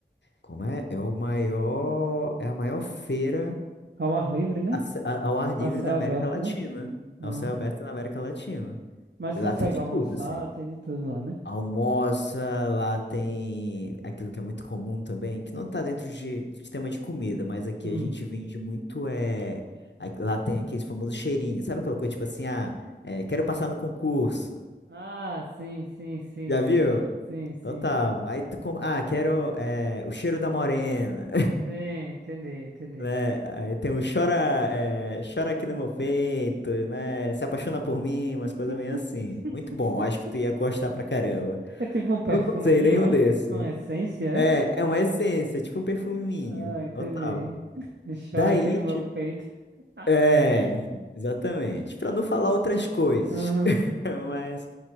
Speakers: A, on the left; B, on the right.
A: Como é? É o maior. É a maior feira
B: Ao ar livre, né?
A: a ce- a- ao ar livre
B: A céu
A: da América
B: aberto,
A: Latina.
B: né? Aham.
A: Ao céu aberto da América Latina.
B: Mas
A: E
B: consegue
A: lá tem de
B: almoçar,
A: tudo, assim.
B: tem de tudo lá, né?
A: Almoça, lá tem aquilo que é muito comum também, que não tá dentro de, de tema de comida, mas aqui
B: Hum.
A: a gente vende muito. É... a- Lá tem aqueles famosos cheirinhos. Sabe aquela coisa tipo assim, ah, é, quero passar no concurso.
B: Ah, sim, sim, sim,
A: Já
B: sim,
A: viu?
B: sim, sim.
A: Total. Aí tu com... Ah, quero eh, o cheiro da morena,
B: Sim, entendi,
A: <laughs>
B: entendi.
A: né? Aí tem o chora, eh, chora aqui no meu peito, né? Se apaixona por mim, umas
B: <laughs>
A: coisas meio assim. Muito bom, acho que tu ia gostar pra caramba.
B: É tipo um perfuminho,
A: Nunca usei nenhum
B: é?
A: desse.
B: Uma essência,
A: É,
B: é?
A: é uma essência, tipo um perfuminho.
B: Ah, entendi.
A: Total.
B: <laughs>
A: Daí,
B: Chora aqui no meu
A: tipo.
B: peito. <laughs>
A: É, exatamente. Pra
B: Eita.
A: não falar outras coisas.
B: Aham.
A: <laughs> Mas.